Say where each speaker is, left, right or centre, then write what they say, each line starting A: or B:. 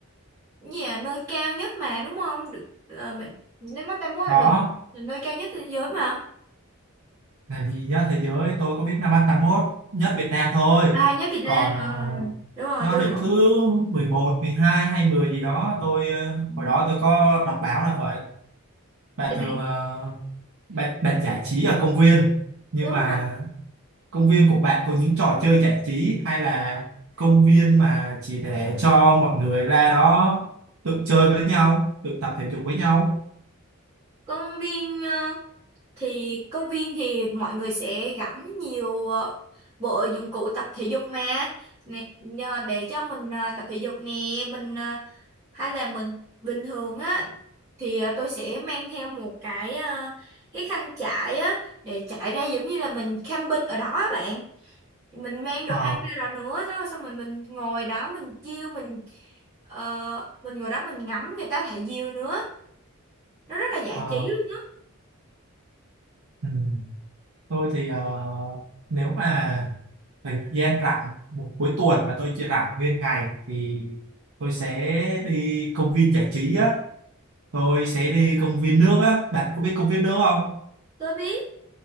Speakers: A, on the right (about 15°); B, on the right (about 75°).
A: cái gì à, nơi cao nhất mà đúng không được ờ, mình nếu mắt ta muốn là
B: có
A: được là nơi cao nhất thế giới mà
B: làm gì nhất thế giới tôi có biết năm mắt 81 nhất Việt Nam thôi
A: à nhất Việt Nam
B: còn ờ,
A: Ờ, đúng rồi
B: nó
A: tôi
B: đứng
A: lộn
B: thứ mười một mười hai hay 10 gì đó tôi ờ,
A: ừ.
B: hồi đó tôi có đọc báo là vậy bạn
A: thì bạn
B: thường ờ, bạn bạn giải trí ở công viên nhưng
A: đúng
B: mà
A: rồi
B: công viên của bạn có những trò chơi giải trí hay là công viên mà chỉ để cho mọi người ra đó tự chơi với nhau tự tập thể dục với nhau
A: công viên ờ, thì công viên thì mọi người sẽ gắn nhiều ờ, bộ dụng cụ tập thể dục mà Nè, nhờ để cho mình ờ, tập thể dục nè mình ờ, hay là mình bình thường á thì à, tôi sẽ mang theo một cái à, cái khăn trải á để trải ra giống như là mình camping ở đó á bạn mình mang đồ
B: Ờ,
A: ăn ra đó nữa xong xong mình mình ngồi đó mình chiêu mình ờ, mình ngồi đó mình ngắm người ta thả diều nữa nó rất là giải
B: ờ,
A: trí luôn á
B: ừ. tôi thì ờ, nếu mà thời gian rảnh một cuối tuần mà tôi chỉ rảnh nguyên ngày thì tôi sẽ đi công viên giải trí á tôi sẽ đi công viên nước á bạn có biết công viên nước không
A: tôi biết